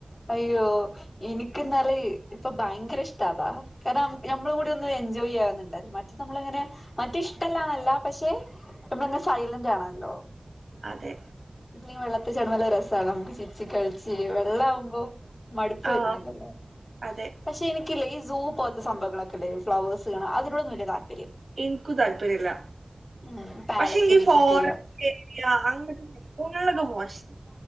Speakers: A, on the left (about 55°); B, on the right (about 75°).
A: അയ്യോ എനിക്ക്ന്നാല് ഇപ്പൊ ഭയങ്കര ഇഷ്ടാതാ കാരണം നഞമ്മള് കൂടി ഒന്ന് എൻജോയ് ആവുന്നുണ്ട് മറ്റേ നമ്മളങ്ങനെ മറ്റേ ഇഷ്ടല്ലാന്നല്ല പക്ഷേ നമ്മളങ്ങനെ സൈലന്റ് ആണല്ലോ
B: അതെ
A: <unintelligible> വെള്ളത്തിൽ ചാടുബ്ബോ നല്ലരസ നമ്മുക്ക് ചിരിച്ച് കളിച് ച് വെള്ളം അവുമ്പോ മടുപ്പ് വരുന്നില്ലല്ലോ
B: ആ അതെ
A: പക്ഷെ എനിക്കില്ലേ ഈ സൂ പോലത്തെ സംഭവങ്ങളൊക്കെല്ലേ ഫ്ലവേഴ്സ് ങ്നെ അതിനോട് വലൃ താല്പര്യ
B: എനിക്കും താല്പര്യല്ല
A: ഉം പാലസ്
B: പക്ഷെന്കി എനിക്ക്
A: വിസിറ്റ്
B: ഫോറസ്റ്റ്
A: ചെയ്യാം
B: ഏരിയ <unintelligible>